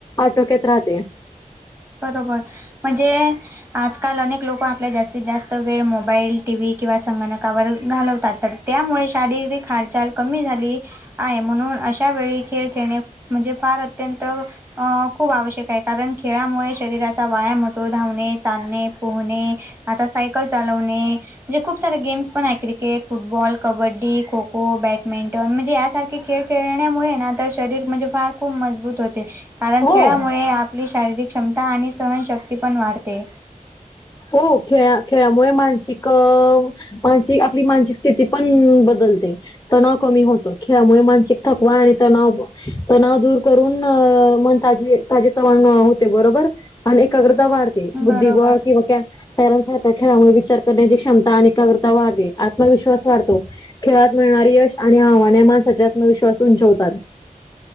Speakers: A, on the left (about 20°); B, on the right (about 15°).
A: आटोक्यात राहते
B: बरोबर म्हणजे आजकाल अनेक लोक आपल्या जास्तीत जास्त वेळ मोबाईल टीव्ही किंवा संगणकावर घालवतात तर त्यामुळे शारीरिक हालचाल कमी झाली आहे म्हणून अशा वेळी खेळ खेळणे म्हणजे फार अत्यंत अ खूप आवश्यक आहे कारण खेळा मुळे शरीराचा व्यायाम होतो धावणे चालणे पोहणे आता सायकल चालवणे म्हणजे खूप सारे गेम्स पण आहे cricket football kabaddi kho kho badminton म्हणजे यासारखे खेळ खेळण्यामुळे ना तर शरीर म्हणजे फार खूप मजबूत होते कारण
A: हो.
B: खेळामुळे आपली शारीरिक क्षमता आणि सहनशक्ती पण वाढते
A: हो खेळा खेळामुळे मानसिक मानस आपली मानसिक स्थिती पण बदलते तणाव कमी होतो खेळामुळे मानसिक थकवा आणि तणाव तणाव दूर करून अ े तजे च होते बरोबर आणि एकाग्रता वाढते
B: बरोबर
A: बुद्धिबळ किंवा पॅरेंट्स सारख्या खेळामुळे विचार करण्याची क्षमता आणि काग्रता वाढते आत्मविश्वास वाढतो खेळात मिळणारे यश आणि आव्हाने माणसाचे आत्मविश्वास उंचवतात